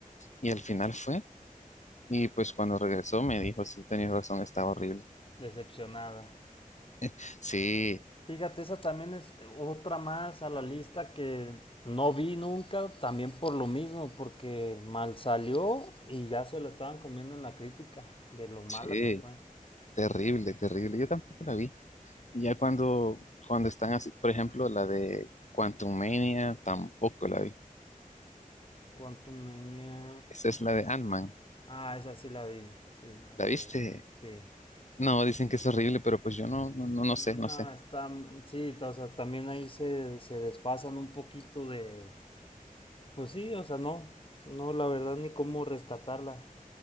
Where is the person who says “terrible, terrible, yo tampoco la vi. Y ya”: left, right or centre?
Left